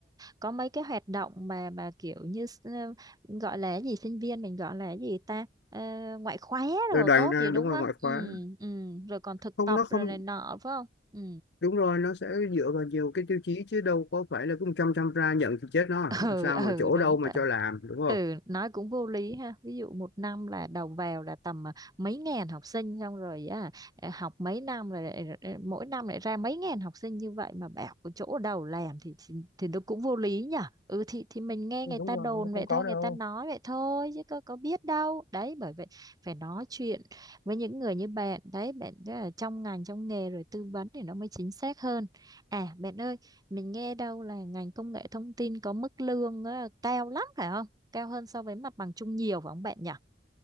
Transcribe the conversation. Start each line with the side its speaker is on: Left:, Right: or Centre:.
Right: có mấy cái hoạt động mà mà kiểu như s- ờ, gọi là cái gì sinh viên mình gọi là cái gì ta Ờ, ngoại khóa
Left: rồi
Right: rồi
Left: đoạn
Right: tốt gì đúng
Left: đúng
Right: không
Left: rồi ngoại
Right: ừ
Left: khóa
Right: ừ rồi còn thực
Left: không
Right: tập
Left: nó không
Right: rồi này nọ phải không ừ
Left: đúng rồi nó sẽ dựa vào nhiều cái tiêu chí chứ đâu có phải là cứ 100% ra nhận thì chết nó à.
Right: <laughs> ừ
Left: làm sao
Right: ừ
Left: mà chỗ
Right: đúng
Left: đâu mà
Right: rồi
Left: cho làm đúng không
Right: ừ nói cũng vô lý ha ví dụ một năm là đầu vào là tầm à, mấy ngàn học sinh xong rồi á à, học mấy năm rồi lại- lại- mỗi năm lại ra mấy ngàn học sinh như vậy mà bảo có chỗ đầu làm thì thì, thì nó cũng vô lý nhở ừ thì thì mình nghe
Left: Ừ,
Right: người
Left: đúng
Right: ta
Left: rồi
Right: đồn
Left: nó
Right: vậy
Left: không có
Right: thôi
Left: đâu
Right: người ta nói vậy thôi chứ có có biết đâu đấy bởi vậy phải nói chuyện với những người như bạn đấy bạn rất là trong ngành trong nghề rồi tư vấn thì nó mới chính xác hơn à bạn ơi mình nghe đâu là ngành công nghệ thông tin có mức lương á, cao lắm phải không? Cao hơn so với mặt bằng chung nhiều phải không bạn nhỉ?